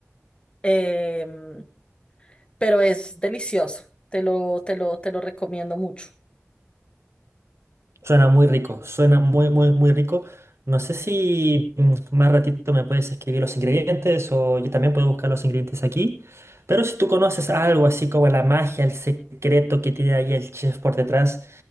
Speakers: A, on the left; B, on the right.
A: Em, pero es delicioso. Te lo, te lo, te lo recomiendo mucho.
B: Suena muy rico, suena muy, muy, muy rico. No sé si mm, más ratito me puedes escribir los ingredientes o yo también puedo buscar los ingredientes aquí. Pero si tú conoces algo así como la magia, el secreto que tiene ahí el chef por detrás,